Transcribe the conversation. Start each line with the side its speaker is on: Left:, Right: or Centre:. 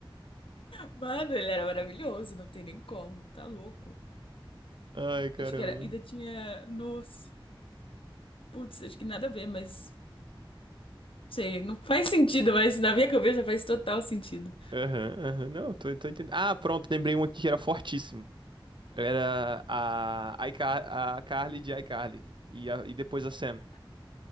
Left: Mano, ele era maravilhoso. Não tem nem como. Tá louco.
Right: Ai, caramba.
Left: Acho que era. Ainda tinha. Nossa. Putz, acho que nada a ver, mas. Sei, não faz sentido, mas na minha cabeça faz total sentido.
Right: Aham, aham. Não, tô, tô entendendo. Ah, pronto, lembrei um aqui que era fortíssimo. Era a, iCar a Carly de iCarly. E, a- e depois a Sam.